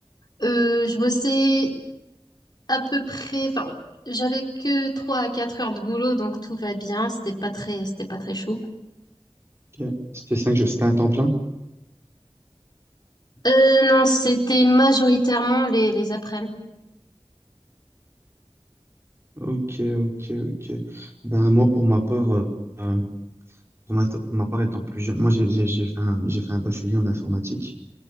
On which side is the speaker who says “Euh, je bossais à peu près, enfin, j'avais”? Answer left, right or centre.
Left